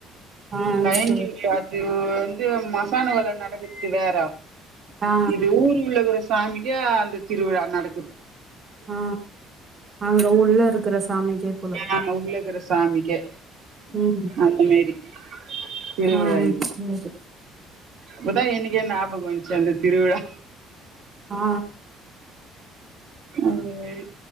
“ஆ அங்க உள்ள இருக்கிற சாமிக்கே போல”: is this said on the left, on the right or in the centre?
Right